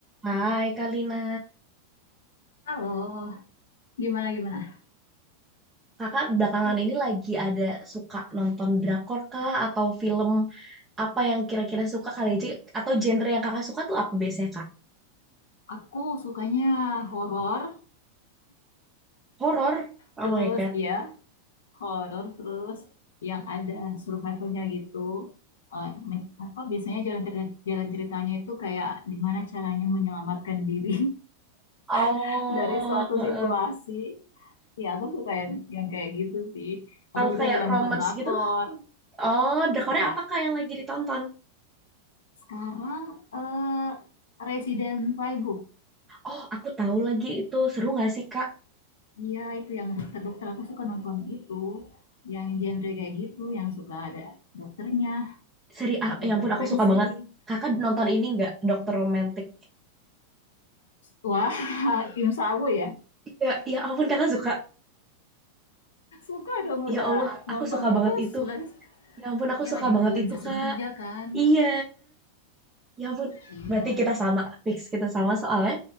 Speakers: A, on the right (about 15°); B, on the left (about 60°).
A: Hai Kalina,
B: Halo, gimana gimana?
A: kakak belakangan
B: Ih,
A: ini lagi ada suka nonton drakor kah atau film apa yang kira-kira suka kali aja atau genre yang kakak suka tuh apa biasanya kak?
B: aku sukanya horor,
A: Horor? Oh
B: terus
A: my God.
B: ya horor terus yang ada survivalnya gitu. Eh, men- apa biasanya jalan cer- jalan ceritanya itu kayak gimana caranya menyelamatkan diri
A: Oh,
B: <laughs> dari suatu
A: heeh.
B: situasi. Ya aku suka yang yang kayak gitu sih.
A: Kalau
B: Aku juga
A: kayak
B: suka nonton
A: romance
B: drakor.
A: gitu? Oh, drakornya
B: Suka
A: apa kak yang lagi ditonton?
B: sekarang eh Resident Playbook.
A: Oh, aku tahu lagi itu seru nggak sih kak?
B: Iya, itu yang dokter-dokter aku suka nonton itu, yang genre kayak gitu, yang suka ada dokternya,
A: Seri, ah,
B: dokter
A: ya ampun aku
B: forensik.
A: suka banget. Kakak nonton ini nggak, Dokter Romantik?
B: Wah, <laughs> Kim Sabu ya.
A: Ya, ya ampun kakak suka.
B: Suka dong udah
A: Ya Allah,
B: nonton
A: aku suka
B: terus.
A: banget itu.
B: Sudah
A: Ya ampun, aku
B: iya
A: suka
B: lagi nungguin
A: banget itu,
B: season
A: Kak.
B: 3 kan.
A: Iya, ya ampun.
B: Iya.
A: Berarti kita sama, fix kita sama soalnya.